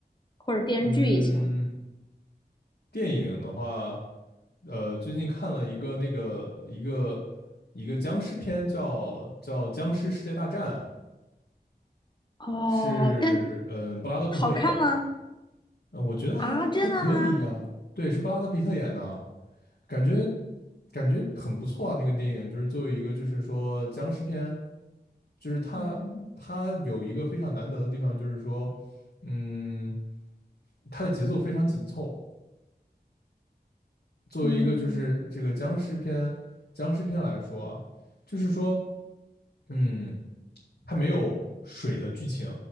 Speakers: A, on the left; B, on the left.
A: 或者电视剧也行。
B: 嗯，电影的话，呃，最近看了一个那个一个一个僵尸片叫，叫《僵尸世界大战》，
A: 哦，
B: 是呃布拉德皮特演的嘛。
A: 但好看吗？
B: 嗯，我觉得还还可以呀、
A: 啊，真的吗？
B: 对，是布拉德皮特演的，感觉感觉很不错啊。那个电影就是作为一个就是说僵尸片，就是它它有一个非常难得的地方，
A: 嗯
B: 就是说，嗯，它的节奏非常紧凑。作为一个就是这个僵尸片僵尸片来说啊，
A: 嗯
B: 就是说，嗯。它没有水的剧情，